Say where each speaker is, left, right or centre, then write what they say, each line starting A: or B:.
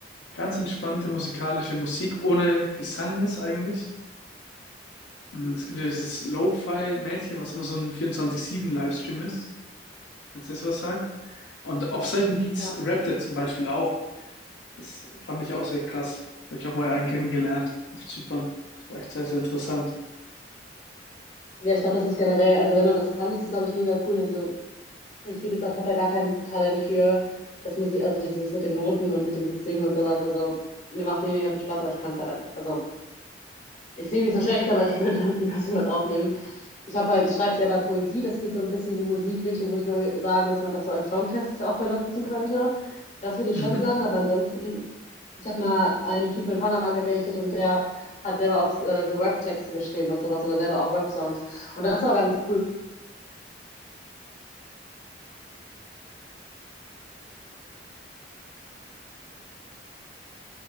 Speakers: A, on the left (about 75°); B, on the left (about 40°).
A: ganz entspannte musikalische Musik ohne Gesang ist eigentlich. Und es gibt ja dieses Lo-Fi-Mädchen, was immer so ein vierundzwanzig sieben livestream ist. falls das was sagt. Und auf solchen Beats
B: Ja.
A: rappt er zum Beispiel auch. Das fand ich auch sehr krass. Habe ich auch mal einen kennengelernt auf Zypern. Das war echt sehr, sehr interessant.
B: Ja, ich glaube, das ist generell, also wenn man das kann, ist das, glaube ich, mega cool. Also Ich, wie gesagt, habe da gar kein Talent für das Musik, also dieses mit den Noten und mit dem Singen und sowas. Also mir macht es mega viel Spaß, aber ich kann es halt einfach. Also ich singe nicht so schlecht, aber ich <laughs> würde damit niemals was aufnehmen. Ich habe halt, ich schreibe selber Poesie, das geht so ein bisschen in die Musikrichtung, würde ich mal hö- sagen, dass man das so als Songtext auch benutzen könnte. Das würde ich
A: Mhm.
B: schon sagen, aber ansonsten, ich habe mal einen Typen in Panama gedatet und der hat selber auch äh, so Rap-Texte geschrieben und sowas oder selber auch Rap-Songs. Und das war ganz cool.